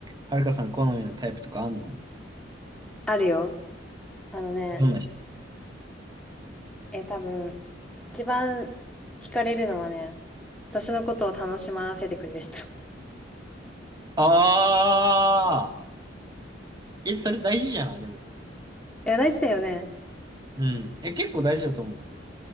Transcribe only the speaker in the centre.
あるよ。あのね、
え、多分、一番惹かれるのはね、私のことを楽しませてくれる人。<laughs> い
や、大事だよね。